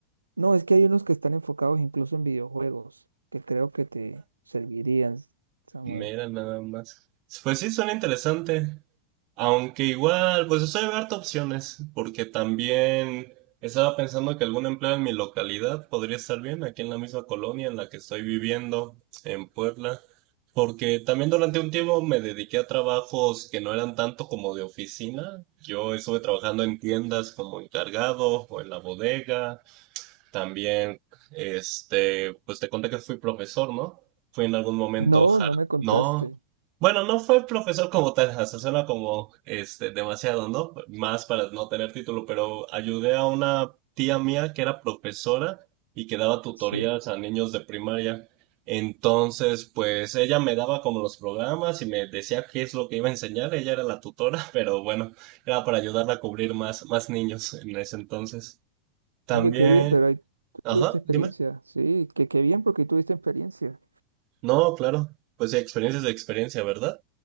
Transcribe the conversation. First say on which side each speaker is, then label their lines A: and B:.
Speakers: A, on the right; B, on the right.
A: No, es que hay unos que están enfocados incluso en videojuegos, que creo que te servirían, Samuel.
B: Mira, nada más. Pues sí, suena interesante. Aunque igual, pues estoy abierto a opciones, porque también estaba pensando que algún empleo en mi localidad podría estar bien, aquí en la misma colonia en la que estoy viviendo, en Puebla, porque también durante un tiempo me dediqué a trabajos que no eran tanto como de oficina. Yo estuve trabajando en tiendas como encargado o en la bodega, también, este, pues te conté que fui profesor, ¿no? Fui en algún momento
A: No,
B: hard.
A: no me contaste.
B: No, bueno, no fue profesor como tal, hasta suena como este, demasiado, ¿no? Más para no tener título, pero ayudé a una tía mía que era profesora y que daba tutorías
A: Sí.
B: a niños de primaria. Entonces, pues ella me daba como los programas y me decía qué es lo que iba a enseñar. Ella era la tutora, <laughs> pero bueno, era para ayudarla a cubrir más, más niños en ese entonces. También
A: Oye, qué bien, pero ahí
B: Ajá,
A: tuviste experiencia.
B: dime.
A: Sí, que qué bien porque tuviste experiencia.
B: No, claro. Pues experiencia es experiencia, ¿verdad?